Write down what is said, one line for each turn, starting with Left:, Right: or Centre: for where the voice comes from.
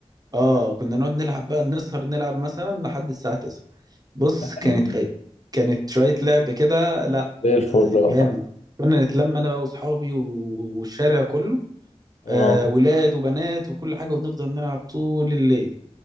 Right: آه كنا نقعد نلعب بقى نسهر نلعب مثلا لحد الساعة 9 بص كانت
Left: ايوه
Right: أي- كانت شوية لعب كده لا
Left: زي الفل
Right: آه، جامد
Left: والله
Right: كنا نتلم أنا بقى وأصحابي و- والشارع كله
Left: اه
Right: آه ولاد وبنات وكل حاجة ونفضل نلعب طول الليل